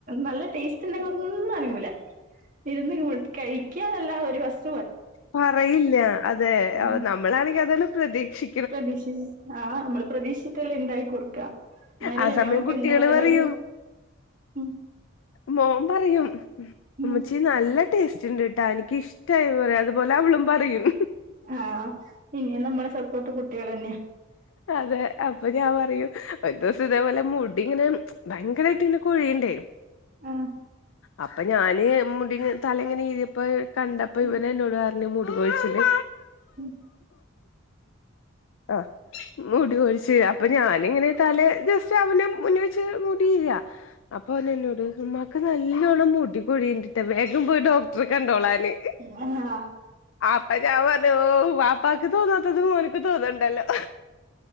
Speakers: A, on the right; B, on the left.
A: നല്ല ടേസ്റ്റ് ഉണ്ടെ ഒന്നുനങ്ങൂല ഇരുന്നു കഴിക്കാനല്ല ഒരു വസ്
B: പറയില്ല അതെ
A: ഉം
B: നമ്മളാണെങ്കിൽ അതാണ് പ്രതീക്ഷി
A: പ്രതീക്ഷി ആ നമ്മള് പ്രതീക്ഷിച്ചിട്ടല്ലെ ഉണ്ടാക്കി കൊടു ക ന്നാലല്ലേ
B: ആ സമയം
A: ഞമ്മക്ക്ണ്ടാക്കാനൊരു
B: കുട്ടികള് പറയും
A: മ്
B: മോൻ പറയും
A: ഉം
B: ഇമ്മച്ചി നല്ല ടേസ്റ്റ് ഉണ്ട്ട്ടാ എനിക്ക്ഷ്ടായി പറയും അതുപോലെ അവളും പറയും
A: ആ ഇഞി നമ്മുടെ സപ്പോർട്ട് കുട്ടികൾന്നാ
B: അതെ അപ്പൊ ഞാൻ പറയും ഒരു ദിവസം തേപോലെ മുടിങ്ങനെ ഭയങ്കരയിട്ട്ങ്ങനെ കൊഴിയിണ്ടേ
A: ആ
B: അപ്പൊ ഞാന് മുടി തലങ്ങനെ ഈഴ് പ്പൊ കണ്ടപ്പോ
A: ഉം
B: ഇവനന്നോട് പറഞ്ഞു മുടി കൊഴിച്ചില്
A: ഉം
B: ആഹ് മുടി കൊഴിച്ചിൽ അപ്പൊ ഞാനിങ്ങനെ തലെ ജസ്റ്റ് അവനും മുന്നിവച്ച് മുടിയീര അപ്പൊ അവനെന്നോട് ഉമ്മാക്ക് നല്ലോണ്ണം മുടി കൊഴീണ്ടിട്ട വേഗം പോയി ഡോക്ടറെ കണ്ടോളാന്
A: ആഹ് ഹാ
B: ആപ്പ ഞാ പറഞ്ഞ് ഓ വാപ്പാക്ക് തോന്നാത്തത് മോനക്ക് തോന്നണ്ടല്ലോ